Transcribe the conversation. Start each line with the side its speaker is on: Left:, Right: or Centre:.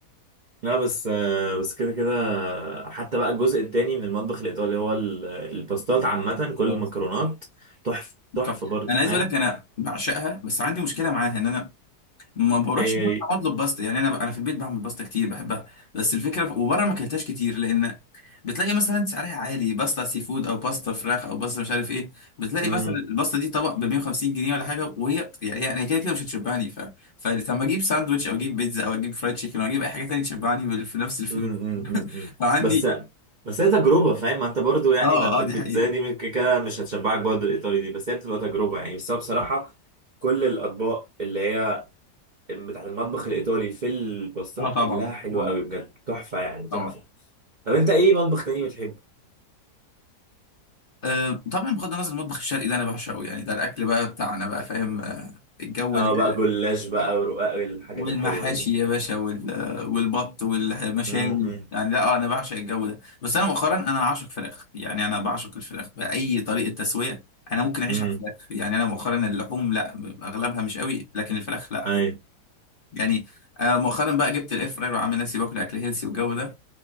Right: لا بس آه، بس كده كده حتى بقى الجزء التاني من المطبخ الإيطالي هو ال- الباستات عامة كل
Left: بصراحه
Right: المكرونات تحفة تحفة
Left: طب
Right: برضه
Left: انا
Right: فاهم
Left: عايز اقول لك انا بعشقها بس عندي مشكله معاها ان انا ما بروحش
Right: إيه
Left: المطعم اطلب باستا يعني انا انا في البيت بعمل باستا كتير بحبها بس الفكره وبره ما اكلتهاش كتير لان بتلاقي مثلا سعرها عالي باستا سي فود او باستا فراخ او باستا مش عارف ايه بتلاقي
Right: مم،
Left: مثلا الباستا دي طبق ب 150 جنيه ولا حاجه وهي يعني يعني هي كده كده مش هتشبعني ف فلما اجيب ساندوتش او اجيب بيتزا او اجيب فرايد تشيكن او اجيب اي حاجه تانية تشبعني بال- في نفس الفلوس
Right: مم، مم، مم،
Left: <laughs>
Right: مم.
Left: فعندي
Right: بس بس هي تجربة فاهم ما انت برضه يعني
Left: اه
Right: ما انت
Left: اه
Right: البيتزا
Left: دي حقيقه
Right: دي من كده كده مش هتشبعك برضه الإيطالي دي بس هي بتبقى تجربة يعني بس أنا بصراحة كل الأطباق اللي هي بتاعت المطبخ الإيطالي في الباستات
Left: اه طبعا
Right: كلها حلوة
Left: طبعا
Right: قوي بجد تحفة يعني تحفة
Left: طبعا
Right: طب انت ايه مطبخ تاني بتحبه؟
Left: آه، طبعا بغض النظر المطبخ الشرقي ده انا بعشقه يعني ده الاكل بقى بتاعنا بقى فاهم آه، الجو
Right: اه
Left: ال-
Right: بقى جلاش بقى ورقاق الحاجات
Left: والمحاشي
Right: الحلوة دي
Left: يا باشا وال- آه، والبط والمشاوي
Right: امم
Left: يعني لا آه، انا بعشق الجو ده بس انا مؤخرا انا عاشق فراخ يعني انا بعشق الفراخ باي طريقه تسويه انا ممكن اعيش
Right: امم
Left: على الفراخ يعني انا مؤخرا اللحوم لا اغلبها مش قوي لكن الفراخ لا حلو
Right: ايوه
Left: يعني آه، مؤخرا بقى جبت الاير فراير وعامل نفسي باكل اكل هيلسي والجو ده